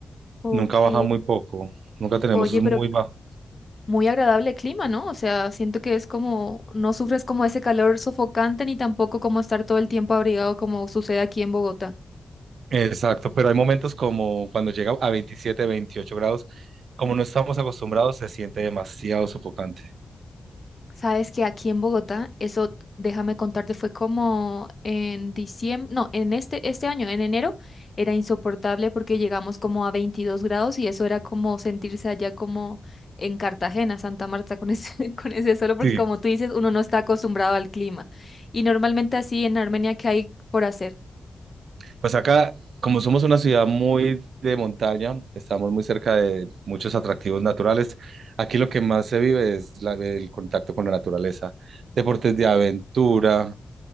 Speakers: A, on the left; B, on the right.
A: Ok.
B: Nunca baja muy poco. Nunca tenemos
A: Oye,
B: es muy
A: pero
B: bajo.
A: muy agradable clima, ¿no? O sea, siento que es como, no sufres como ese calor sofocante ni tampoco como estar todo el tiempo abrigado como sucede aquí en Bogotá.
B: Exacto, pero hay momentos como cuando llega a 27, 28 grados, como no estamos acostumbrados, se siente demasiado sofocante.
A: Sabes que aquí en Bogotá, eso, déjame contarte, fue como en diciembre, no, en este, este año, en enero, era insoportable porque llegamos como a 22 grados y eso era como sentirse allá como en Cartagena, Santa Marta, con ese, <laughs> con ese solo porque
B: Sí.
A: como tú dices, uno no está acostumbrado al clima. Y normalmente así en Armenia, ¿qué hay por hacer?
B: Pues acá, como somos una ciudad muy de montaña, estamos muy cerca de muchos atractivos naturales. Aquí lo que más se vive es la- el contacto con la naturaleza. Deportes de aventura,